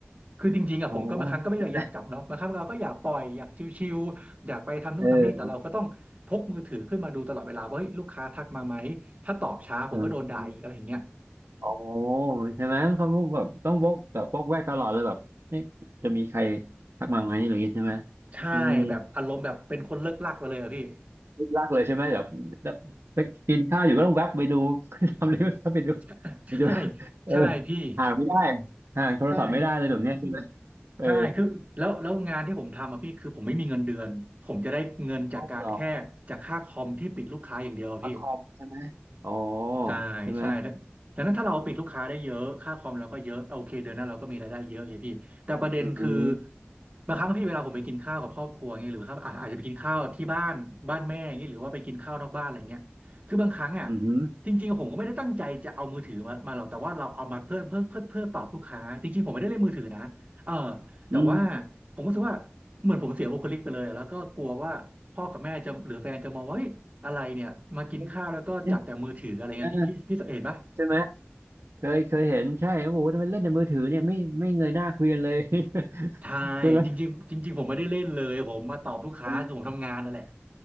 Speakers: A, on the right; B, on the right.
A: คือจริงๆอะผมก็บางครั้งก็ไม่ได้อยากจับเนาะบางครั้งเราก็อยากปล่อยอยากชิวๆอยากไปทำนู่นทำนี่แต่เราก็ต้องพกมือถือขึ้นมาดูตลอดเวลาว่าเฮ้ยลูกค้าทักมาไหมถ้าตอบช้าผมก็โดนด่าอีกอะไรอย่างเงี้ย
B: อ๋อใช่ไหมเออเออ อ๋อใช่ไหมเขาแบบต้องวกแบบวกแวกตลอดเลยแบบเอ๊ะจะมีใครทักมาไหมอะไรอย่างงี้ใช่ไหม
A: ใช่แบบอารมณ์แบบเป็นคนเลิกลักไปเลยอะพี่
B: อืมลึกลักเลยใช่ไหมแบบแบบไปกินข้าวอยู่ก็ต้องแวบไปดู <laughs> ทำเลยก็ไปดู
A: <laughs>
B: ไปดู
A: ใช่
B: เออ
A: ใช่พี่
B: ห่างไม่ได้ห่างโทรศัพท์ไม่ได้เลยแบบเนี้ยใช่ไหม
A: ใช่
B: เออ
A: ใช่คือแล้วแล้วงานที่ผมทำอ่ะพี่ คือผมไม่มีเงินเดือน ผมจะได้เงินจากการแค่จากค่าคอมที่ปิดลูกค้าอย่างเดียวอะพี่
B: ต้องหรอประคอมใช่ไหมอ๋อ
A: ใช่ใช่แล้วดังนั้นถ้าเราปิดลูกค้าได้เยอะค่าคอมเราก็เยอะโอเคเดือนหน้าเราก็มีรายได้เยอะไงพี่แต่ประเด็นคือ
B: ใช่ไหมอืม
A: บางครั้งพี่เวลาผมไปกินข้าวกับครอบครัวเงี้ยหรือครับอาอาจจะไปกินข้าวที่บ้านบ้านแม่อย่างเงี้ยหรือว่าไปกินข้าวนอกบ้านอะไรเงี้ยคือบางครั้งอ่ะ
B: อืม
A: จริงๆผมก็ไม่ได้ตั้งใจจะเอามือถือมามาหรอกแต่ว่าเราเอามาเพื่อเพื่อเพื่อเพื่อตอบลูกค้าจริงๆผมไม่ได้เล่นมือถือนะเออ แต่ว่า
B: อืม
A: ผมก็รู้สึกว่าเหมือนผมเสียบุคลิกไปเลยอะแล้วก็กลัวว่าพ่อกับแม่จะหรือแฟนจะมองว่าเฮ้ยอะไรเนี่ยมากินข้าวแล้วก็จับแต่มือถืออะไรเงี้ยพี่พี่พี่เห็นปะ
B: เออเล่นเออใช่ไหมเคยเคยเห็นใช่โอ้โหทำไมเล่นแต่มือถือเนี่ยไม่ไม่เงยหน้าคุยกันเลย <laughs>
A: ใช่จริงๆจริงๆผมไม่ได้เล่นเลยผมมาตอบลูกค้าคือผมทำงานนั่นแหละ
B: ใช่ไหมเออ